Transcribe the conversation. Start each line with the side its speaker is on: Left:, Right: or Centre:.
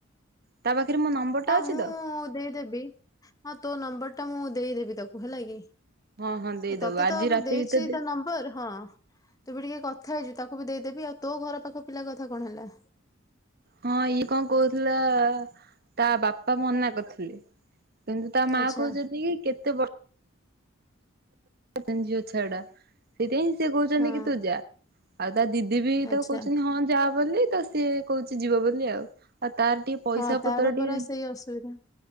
Right: ତା ପାଖରେ ମୋ ନମ୍ବରଟା
Left: ହଁ
Right: ଅଛି
Left: ମୁଁ
Right: ତ
Left: ଦେଇଦେବି। ହଁ ତୋ ନମ୍ବର ଟା ମୁଁ ଦେଇଦେବି ତାକୁ ହେଲା କି।
Right: ହଁ ହଁ ଦେଇଦବୁ
Left: ତତେ
Right: ଆଜି
Left: ତ ମୁଁ
Right: ରାତି
Left: ଦେଇଚି
Right: ଭିତରେ ଦେଇ
Left: ତା ନମ୍ବର ହଁ ତୁ ବି ଟିକେ କଥା ହେଇଚୁ ତାକୁ ତାକୁ ବି ଦେଇଦେବି ଆଉ ତୋ ଘର ପାଖ ପିଲା କଥା କଣ ହେଲା।
Right: ହଁ ଇଏ କଣ କହୁଥିଲା ତା ବାପା ମନା କରିଥିଲେ। କିନ୍ତୁ ତା ମା
Left: ଆଚ୍ଛା
Right: କହୁଛନ୍ତି କି କେତେ ବର୍ଷ ଝିଅ ଛଡ଼ା ସେଇଥି ପାଇଁ ସିଏ କହୁଛନ୍ତି
Left: ହଁ
Right: କି ତୁ ଯା ଆଉ ତା ଦିଦି ବି
Left: ଆଚ୍ଛା
Right: ତ କହୁଛନ୍ତି ହଁ ଯା ବୋଲି ତ ସିଏ କହୁଚି ଯିବ ବୋଲି ଆଉ। ଆଉ ତାର ଟିକେ ପଇସା
Left: ହଁ ତାର
Right: ପତ୍ର
Left: ପରା
Right: ଟିକେ
Left: ସେଇ ଅସୁବିଧା